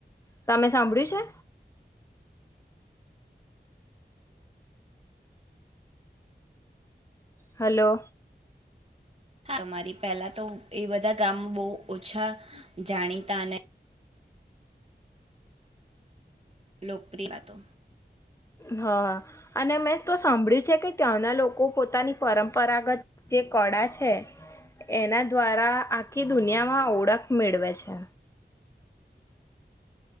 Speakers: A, on the left; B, on the right.
A: તમે સાંભળ્યું છે હલો
B: આ અમારી પહેલા તો એ બધા ગામ બહુ ઓછા જાણીતા અને લોકપ્રિય હતો
A: હા અને મેં તો સાંભળ્યું છે કે ત્યાંના લોકો પોતાની પરંપરાગત જે કળા છે એના દ્વારા આખી દુનિયામાં ઓળખ મેળવે છે